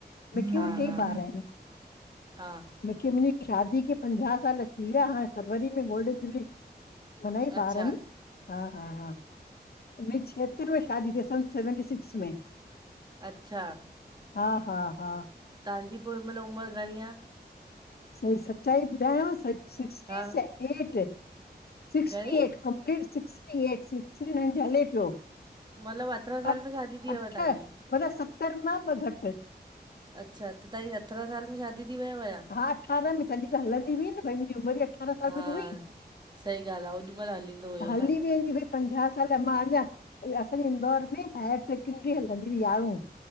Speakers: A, on the left; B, on the right.
A: मुखे
B: हा
A: भी टै
B: हा
A: बार आहिन
B: हा
A: की मुंहिंजी शादी खे पंझाह साल थी विया हाणें फरवरी में गोल्डन जुबली। मनाई
B: अच्छा
A: ॿारनि, हा- हा- हा उन्नईस छहत्तर में शादी थी सन् सेवेंटी सिक्स में।
B: अच्छा,
A: हा हा हा
B: तहांजी पो हिनमल उमर घणीं आ?
A: सही, सच्चाई ॿुधायांव सच सिक्सटी
B: हा
A: स एट सिक्सटी
B: घणी
A: eight complete sixty eight six Shri Nayan ji हले पियो
B: मतिलबु अरिड़हं
A: अ
B: साल में शादी थी वियव
A: अठ
B: तव्हांजी?
A: मतलब सत्तर मां ॿ घटि।
B: अच्छा त तहांजी अथरहा साल में शादी थी वयव छा?
A: हा अठारह में, तॾी त हलंदी हुई न भई मुंजी उमिरि अठ अठारहा साल
B: हा
A: में त हुई
B: सही ॻाल्हि आ ओॾी महिल हलींदो हुयो
A: हली
B: न
A: वेंदी हुई। पंझा साल मां अंञां, असांजे इंदौर में हायर सेकेंड्री हलंदी हुई यारहों।